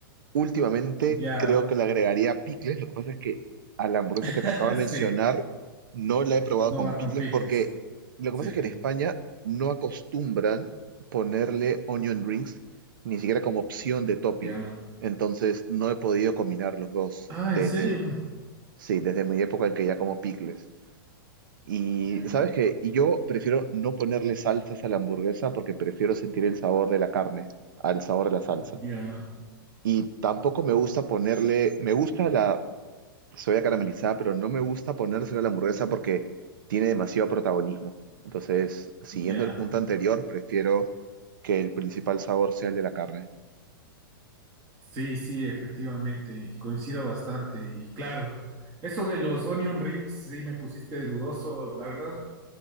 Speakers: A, on the right (about 60°); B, on the right (about 20°).
A: Últimamente
B: Ya,
A: creo que le agregaría picles. Lo que pasa es que a la hamburguesa
B: <laughs>
A: que te acabo de
B: sí,
A: mencionar no la he probado
B: no
A: con
B: va
A: picles
B: con picles.
A: porque lo
B: Sí,
A: que pasa es que en España no acostumbran ponerle onion rings ni siquiera como opción de topping.
B: ya.
A: Entonces no he podido combinar los dos
B: Ah,
A: desde,
B: ¿en serio?
A: sí, desde mi época en que ya como picles. Y
B: Ya,
A: sabes que yo prefiero no ponerle salsas a la hamburguesa porque prefiero sentir el sabor de la carne al sabor de la salsa.
B: ya,
A: Y tampoco me gusta ponerle, me gusta la soya caramelizada, pero no me gusta ponérsela a la hamburguesa porque tiene demasiado protagonismo. Entonces, siguiendo
B: ya.
A: el punto anterior, prefiero que el principal sabor sea el de la carne.
B: Sí, sí, efectivamente, y coincido bastante. Y claro, eso de los onion rings, sí me pusiste dudoso. La verdad,